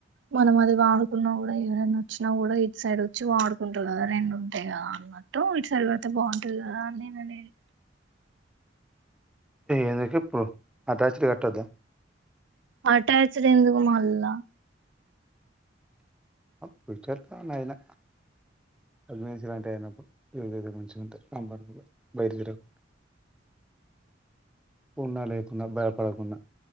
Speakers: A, on the right; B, in the centre.
A: మనం అది వాడుకున్నా కూడా ఎవరైనా వచ్చినా కూడా ఇటు సైడ్ వచ్చి వాడుకుంటు కదా రెండు ఉంటాయి కదా అన్నట్టు ఇటు సైడ్ పడితే బాగుంటది కదా నేను అనేది
B: ఎందుక ఇప్పుడు అటాచడ్ కట్టద్దా
A: అటాచ్డ్ ఎందుకు మళ్ళా
B: ఫ్యూచర్తో అయినా అగ్నేంచి లాంటి అయినప్పుడు్గర మంచిుకుంటే పరకు బయలుదేరగకు ఉన్నా లేకుడా భయపడకుండా